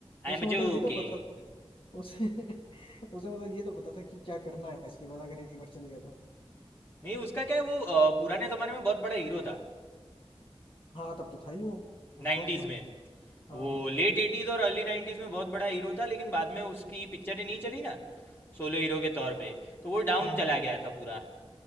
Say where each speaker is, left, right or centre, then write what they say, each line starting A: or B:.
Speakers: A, on the left; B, on the left.
A: I
B: उसे
A: am
B: मतलब
A: joking
B: ये तो पता उसे <laughs> उसे मतलब ये तो पता था कि क्या करना है इसके बाद अगर एक बार चले गया तो
A: नहीं उसका क्या है वो अ, पुराने ज़माने में बहुत बड़ा हीरो था
B: हाँ तब तो था ही वो ऑफ
A: नाइन्टीज़
B: कोर्स था
A: में
B: हाँ
A: वो लेट एटीज़ और अर्ली नाइन्टीज़ में बहुत बड़ा हीरो था लेकिन बाद में उसकी पिक्चरें नहीं चली ना सोलो हीरो के तौर पे तो वो डाउन
B: हाँ
A: चला
B: हाँ
A: गया था पूरा